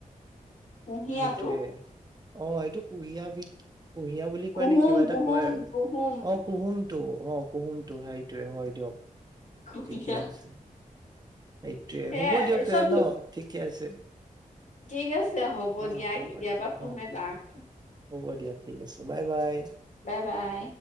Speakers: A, on the left; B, on the right.
A: উম। কুঁহিয়াটো
B: সেইটোয়ে অ' এইটো কুহিয়াবিধ কুহিয়া বুলি কৈ
A: কুহুম
B: নে কিবা এটা
A: কুহুম
B: কয় আৰু
A: কুহুম
B: অ' কুহুমটো অ' কুহুমটো সেইটোৱে হয় দিয়ক।
A: কুঁহিয়া
B: ঠিকে আছে, সেইটোৱে
A: সেয়াই
B: হ'ব দিয়ক
A: আৰু
B: তেনেহ'লে
A: চব
B: ন' ঠিকে আছে।
A: ঠিক আছে হ'ব
B: অ
A: দিয়া।
B: হ'ব
A: কেতিয়াবা
B: দিয়া
A: ফোন
B: অ
A: মাৰিবা আকৌ।
B: হ'ব দিয়া ঠিক আছে বাই বাই।
A: Bye bye.